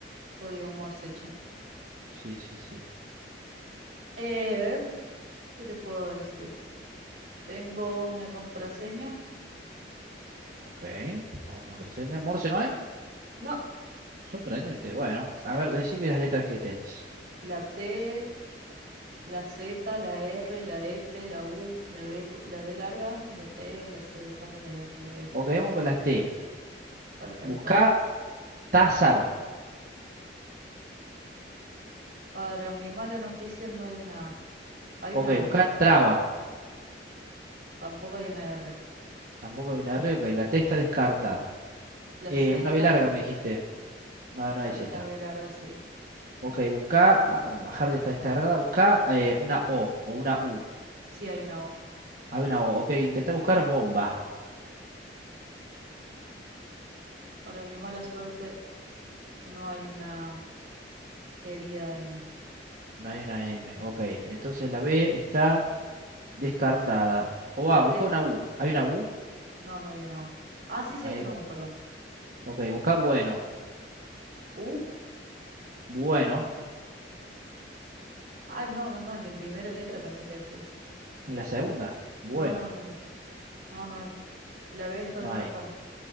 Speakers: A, on the right; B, on the right.
A: código Morse, che.
B: Sí, sí, sí.
A: Eh, ¿qué te puedo decir? Tengo una contraseña.
B: Ok, vamos con contraseña. ¿Morse no hay?
A: No,
B: Sorprendente. Bueno, a ver, decime las letras que tenés.
A: la T, la Z, la R, la F, la U, la B, co- la B larga, la T, la Z, la R, la F.
B: Ok, vamos con las T.
A: Perfecto.
B: Busca Tazar.
A: Para mi mala noticia no hay una A, hay
B: Ok,
A: una
B: buscá
A: O,
B: traba.
A: tampoco hay una R.
B: Tampoco hay una R. Ok, la T está descartada.
A: La
B: Eh,
A: Z,
B: una B larga me dijiste. No, no hay
A: hay
B: Z.
A: una B larga, sí,
B: Ok, buscá. ah, bueno, bajar ya está descargada. Buscá eh, una O o una U.
A: sí hay una O.
B: Hay una O. Ok, intentá buscar bomba.
A: Para mi mala suerte no hay una querida M.
B: No hay una M. Ok, entonces la B está descartada. O
A: La
B: va, busca
A: T,
B: una U. ¿Hay una U?
A: no, no hay una U. Ah, sí, sí
B: No
A: hay
B: hay.
A: una
B: U.
A: U, perdón.
B: Ok, buscá bueno.
A: U,
B: Bueno.
A: ah, no, no, no, en la primera letra pensé que decías.
B: En la segunda. Bueno.
A: No, no, no, no, no hay. La B está descartada.
B: No hay.